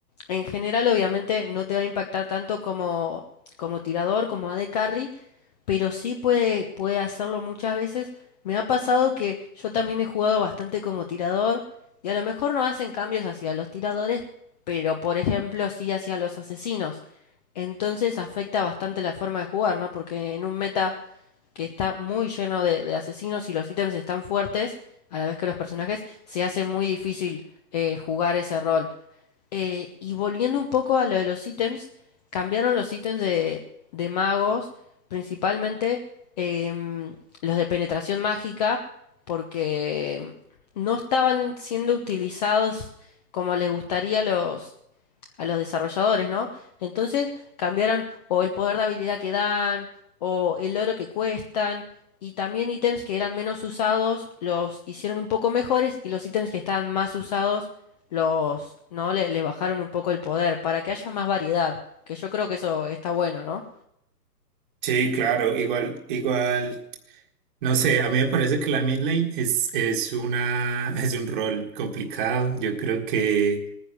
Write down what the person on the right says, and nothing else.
Sí, claro, igual, igual. No sé, a mí me parece que la mid lane es, es una, es un rol complicado. Yo creo que